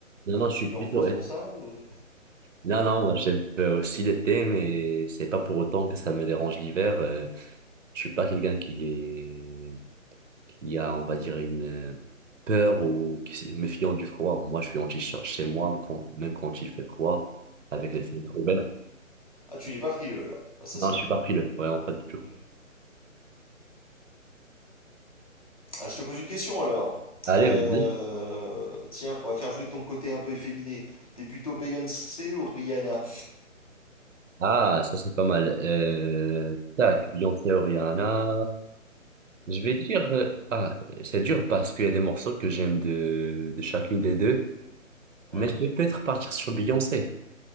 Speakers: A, on the right; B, on the left.
A: Non, non, je suis
B: T'es venu
A: plutôt
B: en France
A: été.
B: pour ça? ou-
A: Non, non, moi, j'aime euh, aussi l'été, mais c'est pas pour autant que ça me dérange l'hiver. Euh, je suis pas quelqu'un qui est Il y a, on va dire, une euh, peur ou qui se méfiant du froid. Moi, je suis en t-shirt chez moi, quand- même quand il fait froid, avec les fenêtres ouvertes.
B: Ah, tu n'es pas frileux alors. Ah, ça,
A: Non,
B: c'est
A: je
B: bien.
A: suis pas frileux, vraiment pas du tout.
B: Mm. Ah, je te pose une question alors.
A: Allez,
B: Euh,
A: vas-y.
B: Tiens, on va faire jouer ton côté un peu efféminé. T'es plutôt Beyoncé ou Rihanna?
A: Ah, ça, c'est pas mal. Euh, tac, Beyoncé, Rihanna. Je vais dire, euh, ah, c'est dur parce qu'il y a des morceaux que j'aime de, de chacune des deux,
B: Ouais.
A: mais je vais peut-être partir sur Beyoncé,